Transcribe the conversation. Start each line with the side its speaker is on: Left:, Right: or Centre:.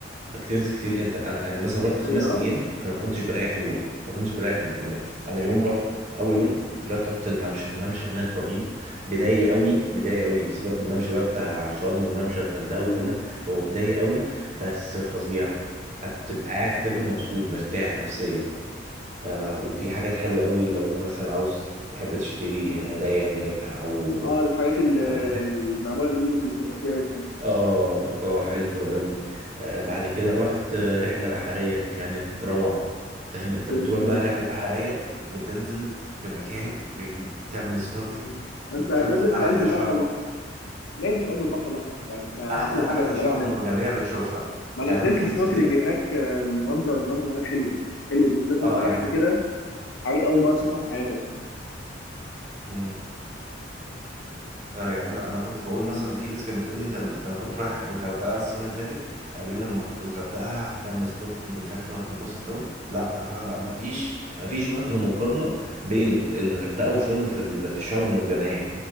Right: اكتيفيتيز كتير انت انا انا مثلا رحت خمس
Left: هي اه
Right: ايام انا ما كنتش بريح يوم ما كنتش بريح يوم يعني انا يوم رحت اول يوم طلعت رحت الممشى الممشى هناك رهيب بداية قوي بداية قوي سيبك من الممشى بقى بتاع شرم وممشى الغردقه
Left: مم.
Right: والكلام ده هو بداية قوي بس فظيع انت بتبقى قاعد كده مبسوط مرتاح نفسيا آه وفي حاجات حلوة قوي لو انت مثلا عاوز تحب تشتري هدايا هناك او
Left: اه الحاجات ال-
Right: او حاجات
Left: المعموله بالايد دي بتبقى كتير قوي هناك
Right: اه اه حلو قوي آه بعد كده رحت آه، رحلة بحرية كانت روعة فاهم انت
Left: تنزل
Right: بتروح بقى رحلة بحرية بتنزل في مكان بتعمل سنوركلينج
Left: انت
Right: بتشوف
Left: نازل في
Right: احلى
Left: قلب البحر
Right: شعب
Left: الاحمر نازل في قلب البحر الاحمر فانت احلى
Right: احلى
Left: حاجه
Right: احلى
Left: هتلاقيها
Right: شعب
Left: هناك
Right: مرجانية بتشوفها
Left: ما انا
Right: يعني
Left: نزلت
Right: انا في
Left: سنوركلينج
Right: ناس كتير
Left: هناك آه، المنظر المنظر هناك حلو حلو بالذات
Right: اه
Left: وانت تحت
Right: يعني
Left: كده حاجات اول مره اشوفها في حياتك
Right: اه اه يعني انا انا كنت بقول مثلا في ناس كانت بتقول لي لما انا كنت رايح الغردقه السنه اللي فاتت قالوا لي لما تروح الغردقه هتعمل سنوركلينج ومش عارف ايه وهتنبسط قوي لا لا لا لا مفيش مفيش وجه مقارنه بين الغردقه وشرم في ال- في الشعاب المرجانيه